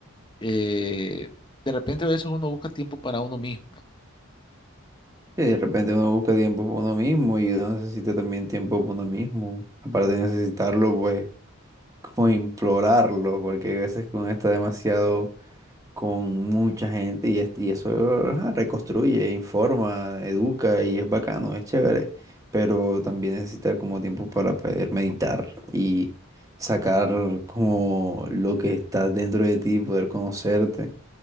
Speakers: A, on the left; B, on the right.
A: eh, de repente a veces uno busca tiempo para uno mismo.
B: Sí, de repente uno busca tiempo para uno mismo y uno necesita también tiempo para uno mismo. Aparte de necesitarlo, pues, como implorarlo, porque hay veces que uno está demasiado con mucha gente y, es- y eso ajá, reconstruye, informa, educa y es bacano, es chévere, pero también necesita como tiempo para poder meditar y sacar como lo que está dentro de ti, poder conocerte